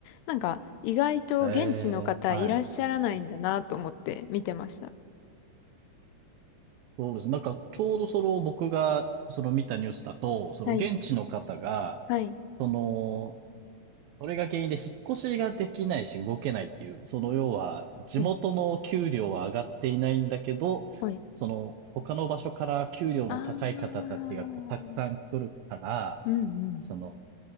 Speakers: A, on the left; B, on the right.
A: なんか意外と現地の方いらっしゃらないんだなと思って見てました。
B: えー、はい。そうですね。なんか、ちょうどその僕が、その見たニュースだと、その現地の方が、
A: はい、はい、
B: その、それが原因で引っ越しができないし動けないっていう、その要は、地元の給料は上がっていないんだけど、
A: うん、はい。
B: その、他の場所から給料の高い方たちがこうたくさん来るから、
A: あー、うん、うん、
B: その、